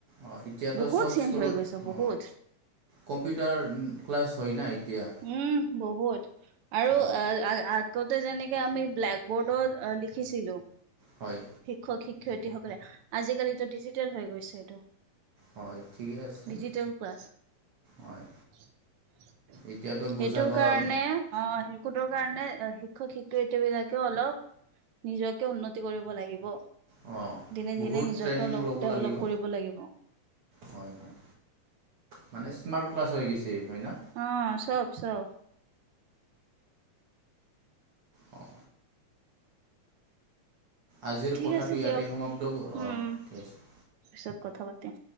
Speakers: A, on the right; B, on the right.
A: অঁ, এতিয়াতো
B: বহুত
A: চব
B: চেঞ্জ
A: স্কুলত
B: হৈ গৈছে
A: অ
B: বহুত
A: কম্পিউটাৰ ক্লাছ হয় না এতিয়া।
B: উম বহুত আৰু আৰু
A: অঁ
B: আ আ আগতে যেনেকে আমি ব্লেক বৰ্ডত লিখিছিলোঁ
A: হয়।
B: শিক্ষক-শিক্ষয়িত্ৰীসকলে, আজিকালিতো ডিজিটেল হৈ গৈছে এইটো।
A: হয় ঠিকেই আছে
B: ডিজিটেল ক্লাছ।
A: হয়
B: সেইটোৰ
A: এতিয়াতো বুজাব
B: কাৰণে অ' সেইটোৰ কাৰণে শিক্ষক-শিক্ষয়িত্ৰী বিলাকেও অলপ নিজকে উন্নতি কৰিব লাগিব।
A: অঁ
B: দিনে-দিনে
A: বহুত
B: নিজকে
A: ট্ৰেইনিং
B: অলপ
A: ল'ব
B: ডেভেলপ
A: লাগিব
B: কৰিব লাগিব।
A: হয়, হয়, মানে ক্লাছ হৈ গৈছে হয়, না!
B: অ', চব, চব।
A: অ'। আজিৰ
B: ঠিক
A: কথাটো
B: আছে
A: ইয়াতে
B: দিয়ক
A: সমাপ্ত কৰোঁ,
B: উম
A: অঁ', ঠিক আছে।
B: পিছত কথা পাতিম।